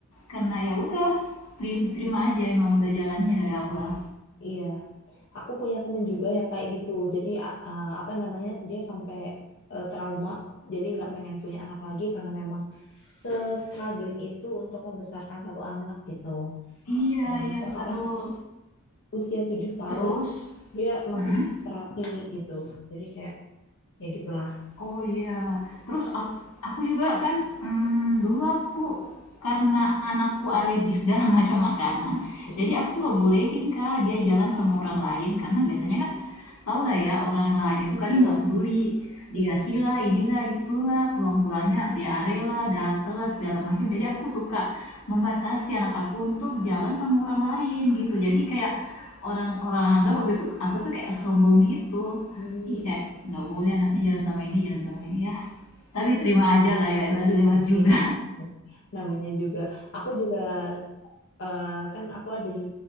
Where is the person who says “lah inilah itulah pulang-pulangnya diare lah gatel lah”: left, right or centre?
Left